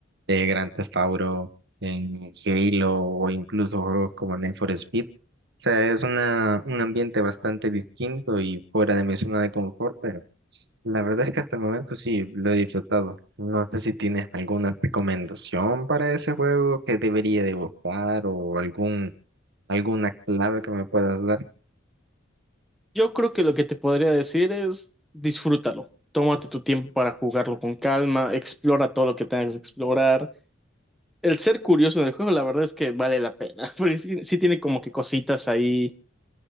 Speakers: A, on the right; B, in the centre.
A: eh, Grand Theft Auto, en Halo, o incluso juegos como Need for Speed. O sea, es una, un ambiente bastante distinto y fuera de mi zona de confort, pero la verdad es que hasta el momento sí lo he disfrutado. No sé si tienes alguna recomendación para ese juego que debería de buscar o algún, alguna clave que me puedas dar.
B: Yo creo que lo que te podría decir es disfrútalo, tómate tu tiempo para jugarlo con calma, explora todo lo que tengas que explorar. El ser curioso en el juego, la verdad es que vale la pena, <laughs> porque sí, sí tiene como que cositas ahí